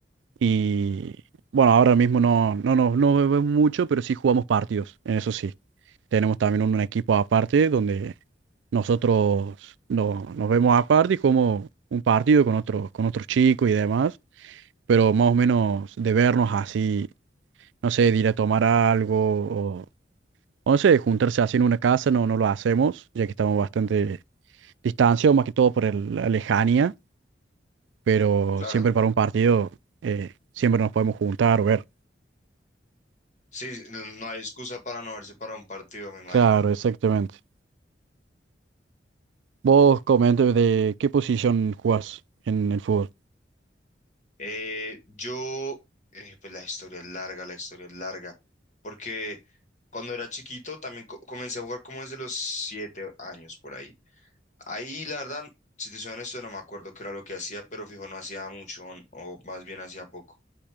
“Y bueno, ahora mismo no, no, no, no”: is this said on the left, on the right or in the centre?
Right